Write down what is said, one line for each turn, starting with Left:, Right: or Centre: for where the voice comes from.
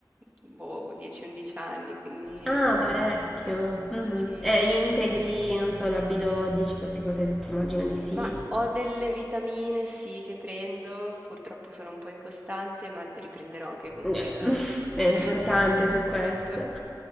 Right: boh, 10-11 anni, quindi
Centre: Ah, parecchio. Mhm.
Right: sì.
Centre: E integri,
Right: Sì, sì.
Centre: non so, la B12, queste cose immagino di sì.
Right: Ma ho delle vitamine, sì, che prendo, purtroppo sono un po' incostante, ma riprenderò anche con
Centre: Eh,
Right: quello.
Centre: <laughs> È importante
Right: <laughs>
Centre: su
Right: Prometto.
Centre: questo.